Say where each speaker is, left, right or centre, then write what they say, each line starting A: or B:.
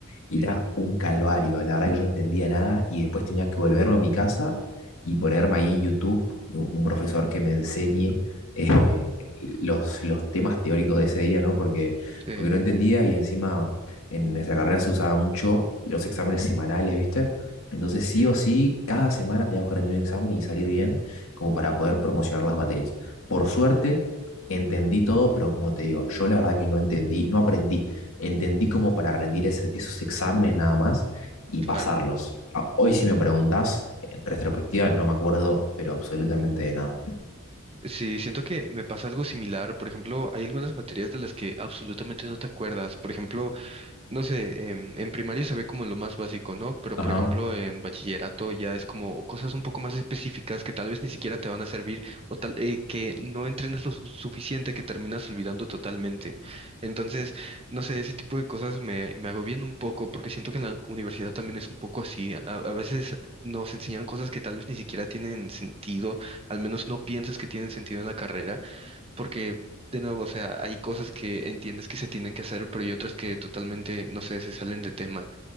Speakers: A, on the left; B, on the right.
A: Era
B: ujú,
A: un calvario, la verdad que yo no entendía nada y después tenía que volverme a mi casa y ponerme ahí en YouTube u- un profesor que me enseñe eh, los, los temas teóricos de ese día, ¿no? Porque,
B: sí,
A: porque no entendía y encima en nuestra carrera se usaba mucho los exámenes semanales, ¿viste? Entonces
B: ujú,
A: sí o sí, cada semana teníamos que rendir un examen y salir bien como para poder promocionar las materias. Por suerte, entendí todo, pero como te digo, yo la verdad que no entendí, no aprendí, entendí como para rendir ese- esos exámenes nada más y
B: claro.
A: pasarlos. Ah, Hoy si me preguntas, en retrospectiva no me acuerdo, pero absolutamente de nada.
B: Sí, siento que me pasa algo similar. Por ejemplo, hay algunas materias de las que absolutamente no te acuerdas. Por ejemplo, no sé, em, en, primaria se ve como lo más básico, ¿no? Pero
A: Ajá.
B: por ejemplo, en bachillerato ya es como cosas un poco más específicas que tal vez ni siquiera te van a servir o tal eh, que no entrenas lo su- suficiente que terminas olvidando totalmente. Entonces, no sé, ese tipo de cosas me, me agobian un poco porque siento que en la universidad también es un poco así. A, a veces nos enseñan cosas que tal vez ni siquiera tienen sentido, al menos no piensas que tienen sentido en la carrera porque, de nuevo, o sea, hay cosas que entiendes que se tienen que hacer, pero hay otras que totalmente, no sé, se salen de tema.